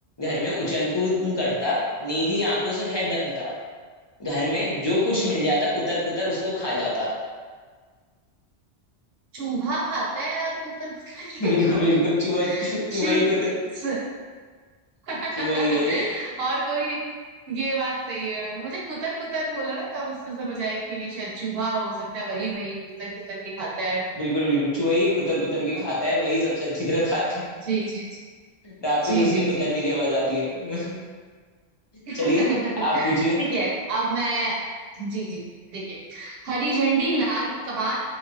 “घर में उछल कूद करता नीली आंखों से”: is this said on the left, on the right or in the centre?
Left